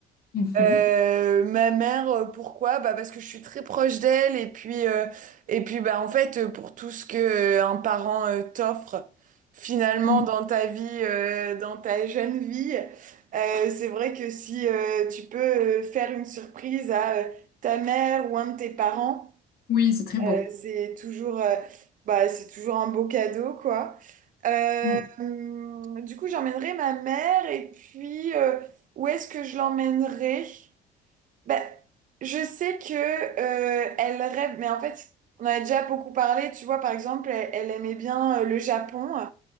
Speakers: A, on the left (about 65°); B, on the right (about 50°).
A: Mhm.
B: Euh, ma mère, euh, pourquoi? Bah parce que je suis très proche d'elle et puis euh, et puis bah en fait euh, pour tout ce que euh, un parent euh, t'offre finalement
A: Mm.
B: dans ta vie, euh, dans ta jeune vie, euh, c'est vrai que si euh, tu peux euh, faire une surprise à euh, ta mère ou un de tes parents,
A: Oui, c'est très beau.
B: euh, c'est toujours euh, bah c'est toujours un beau cadeau quoi. Euh,
A: Mm.
B: hum, du coup j'emmènerai ma mère et puis euh, où est-ce que je l'emmènerai? Ben, je sais que euh, elle rêve, mais en fait, on en a déjà beaucoup parlé. Tu vois, par exemple, elle, elle aimait bien euh, le Japon